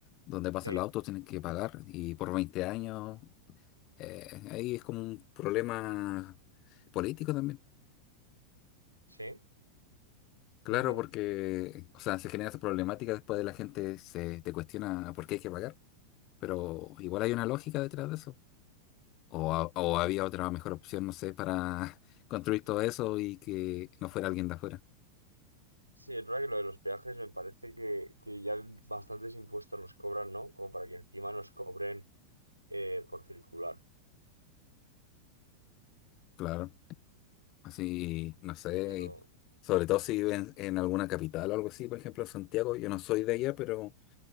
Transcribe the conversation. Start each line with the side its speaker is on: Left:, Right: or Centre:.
Left: donde pasan
Right: sí,
Left: los autos, tienen que pagar y por 20 años eh, ahí es como un problema político también.
Right: sí.
Left: Claro,
Right: ujú.
Left: porque, o sea, se genera esa problemática después de la gente se te cuestiona por qué hay que pagar, pero igual hay una lógica detrás de eso. O, ha- o había
Right: Ujú.
Left: otra mejor opción, no sé, para <laughs> construir todo eso y que no fuera alguien de afuera.
Right: Sí, es verdad que lo de los peajes me parece que, que ya bastantes impuestos nos cobran, ¿no? Como para que encima nos cobren eh, por circular.
Left: Claro, así, no sé,
Right: Pero...
Left: sobre todo si viven en alguna capital o algo así, por ejemplo, Santiago, yo no soy de allá, pero